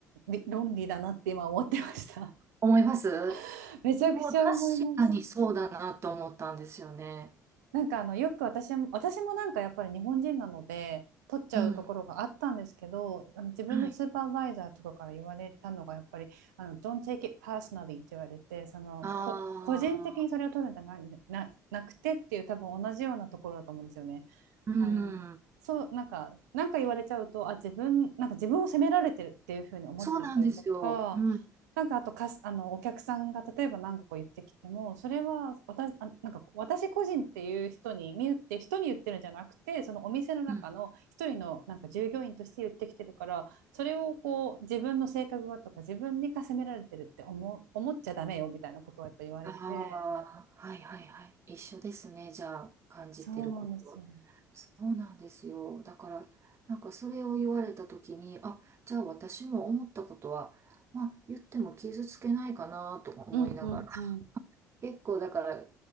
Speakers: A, on the right; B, on the right.
A: り論理だなって今思ってました。
B: 思います
A: <laughs> めちゃくちゃ思います。
B: でもう確かにそうだなと思ったんですよね。
A: なんかあのよく私も、私もなんかやっぱり日本人なので取っちゃうところがあったんですけどあの自分のスーパーバイザーとかから言われたのがやっぱりあの
B: うん。はい。
A: Don't take it personally って言われてそのこ個人的にそれを取るんじゃないな、
B: ああ、
A: なくてっていう多分同じようなところだと思うんですよね。
B: うん。
A: あの、そう、なんか、なんか言われちゃうと、あ、自分、なんか自分を責められてるっていうふうに思っちゃったりとか、
B: そうなんですよ。うん。
A: なんかあとかす、あの、お客さんが例えば何かこう言ってきても、それは私、あ、なんか私個人っていう人に、見ゆって人に言ってるんじゃなくて、そのお店の中の一人のなんか従業員として言ってきてるから、
B: うん。
A: それをこう自分の性格がとか自分にか責められてるって思う、思っちゃダメよみたいなことをやっぱ言われて、
B: ああ、はいはいはい。一緒ですね。じゃあ、感じてることは。
A: そうなんですよ。
B: そうなんですよ。だから、なんかそれを言われたときに、あ、じゃあ私も思ったことは、まあ言っても傷つけないかなとか思いながら、
A: うんうんうん。
B: <laughs> 結構だから、